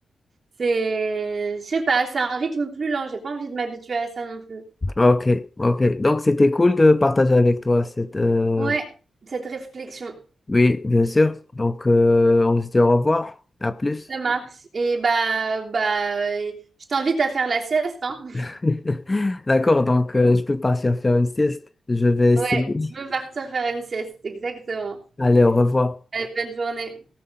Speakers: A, on the right; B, on the left.
A: C'est, je sais pas, c'est un rythme plus lent. J'ai pas envie de m'habituer à ça non plus.
B: Ok, ok. Donc c'était cool de partager avec toi cette. euh,
A: Ouais, cette réflexion,
B: Oui, bien sûr. Donc euh, on se dit au revoir. À plus.
A: ça marche. Et bah, bah, euh, je t'invite à faire la sieste, hein.
B: <laughs> D'accord. Donc euh, je peux partir faire une sieste. Je vais essayer.
A: Ouais, je veux partir faire une sieste, exactement.
B: Allez, au revoir.
A: Allez, bonne journée.